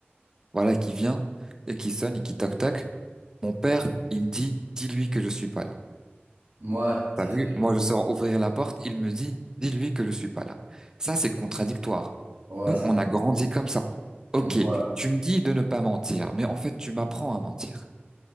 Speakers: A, on the right (about 15°); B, on the right (about 75°).
A: voilà, qui vient, et qui sonne, et qui toc-toc. Mon père, il me dit, dis-lui que je suis pas là.
B: ouais,
A: T'as
B: c'est,
A: vu, moi je sors ouvrir la porte, il me dit, dis-lui que je suis pas là. Ça, c'est contradictoire.
B: ouais,
A: Nous,
B: c'est,
A: on a grandi comme ça. Ok,
B: ouais,
A: tu me dis de ne pas mentir, mais en fait, tu m'apprends à mentir.